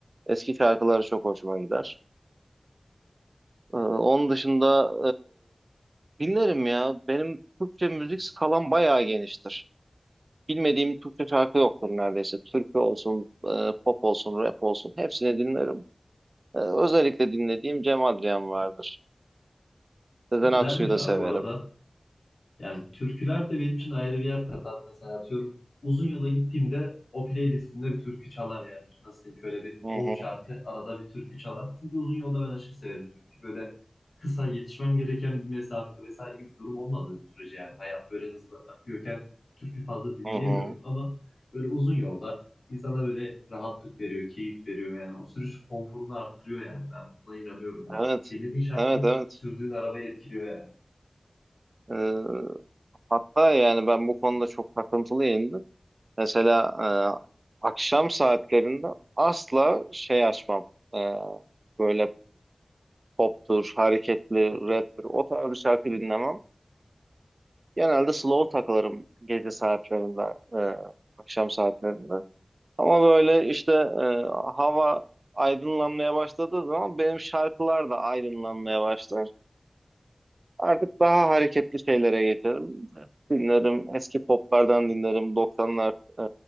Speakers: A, on the right; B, on the left.
A: Eski şarkıları çok hoşuma gider. E, onun dışında e, dinlerim ya. Benim Türkçe müzik skalam bayağı geniştir. Bilmediğim Türkçe şarkı yoktur neredeyse. Türkçe olsun, e, pop olsun, rap olsun hepsini dinlerim. Ee, özellikle dinlediğim Cem Adrian vardır. Sezen
B: Güzelmiş
A: Aksu'yu da
B: abi
A: severim.
B: bu arada. Yani türküler de benim için ayrı bir yer katar. Mesela atıyorum uzun yola gittiğimde o playlistimde bir türkü çalar yani. Nasıl diyeyim şöyle bir
A: Hı
B: 10
A: hı,
B: şarkı arada bir türkü çalar. Çünkü uzun yolda ben aşırı severim türkü. Böyle kısa yetişmem gereken bir mesafe vesaire gibi bir durum olmadığı sürece yani hayat böyle hızlı akıyorken türkü fazla dinleyemiyorum
A: hı hı.
B: ama böyle uzun yolda insana böyle rahatlık veriyor, keyif veriyor yani. O sürüş konforunu arttırıyor yani. Ben buna inanıyorum bu
A: Evet,
B: arada. Dinlediğin şarkı
A: evet, evet.
B: sürdüğün arabayı etkiliyor yani.
A: Ee, hatta yani ben bu konuda çok takıntılıyımdır. Mesela e, akşam saatlerinde asla şey açmam. Ee, böyle poptur, hareketli, raptir o tarz bir şarkı dinlemem. Genelde slow takılırım gece saatlerinde, e, akşam saatlerinde. Ama böyle işte e, hava aydınlanmaya başladığı zaman benim şarkılar da aydınlanmaya başlar. Artık daha hareketli şeylere geçerim. Dinlerim, eski poplardan dinlerim. doksanlar e,